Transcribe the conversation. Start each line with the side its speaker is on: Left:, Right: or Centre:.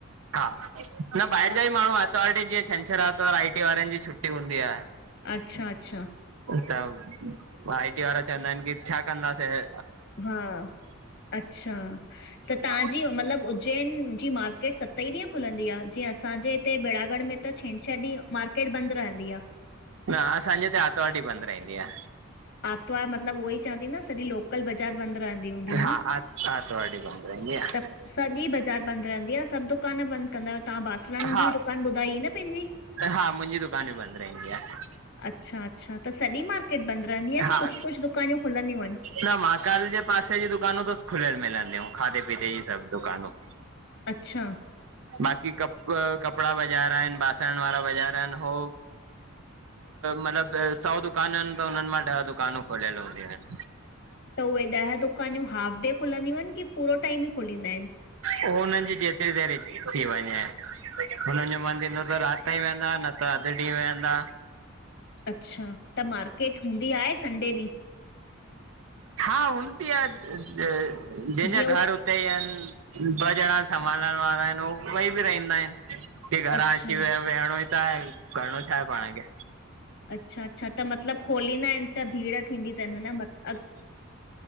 Right: हा, न ॿाहिर
Left: त
Right: जा बि माण्हू आर्तवार ॾींहुं जीअं शनिशर आर्तवारु आई टी वारनि जी छुटी छुट्टी हूंदी आ।
Left: अच्छा, अच्छा,
Right: त आई टी वारा चअंदा आहिन कि छा कंदासे हे
Left: हा, अच्छा। त तव्हांजी
Right: न
Left: मतलब उज्जैन जी मार्केट सत्त ई ॾींहं खुलंदी आ? जीअं असांजे हिते बेडागढ गढ़ में त छेंछर ॾींह मार्केट बंद रहंदी आ।
Right: न असांजे हिते आर्तवार ॾींह बंद रहंदी आ।
Left: आरतवार मतलब उहो ई चां थी न सॼी लोकल बाज़ार बंद रहंदी हूंदी आहे
Right: हा,
Left: न?
Right: आर्तवार ॾीं बंद रहंदी आ।
Left: त सॼी बाज़ार बंद रहंदी आ, सभु दुकान बंद कंदा आहियो? तव्हां बासणन
Right: हा
Left: जी दुकानु ॿुधाई ही न पंहिंजी?
Right: हा मुंहिंजी दुकान बि बंदि रहंदी आहे
Left: अच्छा- अच्छा। त सॼी मार्केट बंद रहंदी इअं
Right: हा
Left: कि कुछु कुछु दुकायूं खुलंदियूं आहिन?
Right: न महाकाल जे पासे जी दुकानूं त खुलियल मिलंदियूं खाधे पीते जी सब दुकानूं।
Left: अच्छा!
Right: बाक़ी कप कपिड़ा बाज़ार आहिन, बासण वारा बाज़ार आहिन हो मतलब सौ दुकांनु आहिन त हुनननि मां ॾह दुकानूं खुलियल हूंदियूं आहिन।
Left: त उहे ॾह दुकान्यूं हाफ डे खुलंदियूं आहिनि, कि पूरो टाइम ई खुलींदा आहिनि?
Right: हो हुननि जी जेतिरी देर थी वंञे। हुनन जो मन थींदो त रात तांईं वेयंदा न त अधु ॾींहं वेयंदा।
Left: अच्छा, त मार्केट हूंदी आहे संडे ॾींहुं?
Right: हा, हूंदी आ जें जेंजा
Left: जीअं उ
Right: घर उत्ते ई आइन, ॿ ॼणा संभालण वारा आइन उए बई बि राईंदा आइन। कि घरां
Left: अच्छा,
Right: अची व वेहणो ई त आहे, करणो छाहे पाण खे?
Left: अच्छा--अच्छा, त मतलब खोलींदा आहिन त भीड़ थींदी थनि न मतलब?